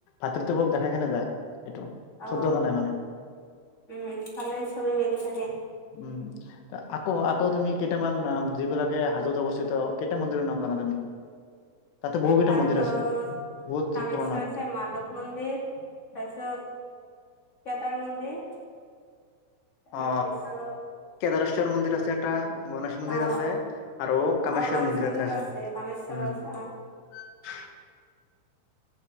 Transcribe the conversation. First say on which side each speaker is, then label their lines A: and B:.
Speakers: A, on the left; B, on the left.
A: ভাতৃত্ববক দেখাই কিনে যায়। এইটো
B: অ
A: শুদ্ধত কাৰণে মানে।
B: উম তাতে চবেই মিলি থাকে।
A: উম, আকৌ আকৌ তুমি কেইটামান যিবিলাকে হাজত অৱস্থিত। কেইটা মন্দিৰৰ নাম জানা তুমি? তাতে বহু কেইটা
B: তাৰপিছত
A: মন্দিৰ আছে? বহুত
B: কামেশ্বৰ
A: পুৰণা।
B: আছে মাধৱ মন্দিৰ তাৰপিছত কেদাৰ মন্দিৰ। তাৰপিছত
A: অ কেদাৰেশ্বৰ মন্দিৰ আছে এটা,। গণেশ মন্দিৰ
B: অ
A: আছে আৰু কামেশ্বৰ
B: অ গণেশ
A: মন্দিৰ‌
B: মন্দিৰো
A: এটা আছে
B: কামেশ্বৰ
A: উম।
B: আছে অ
A: <unintelligible>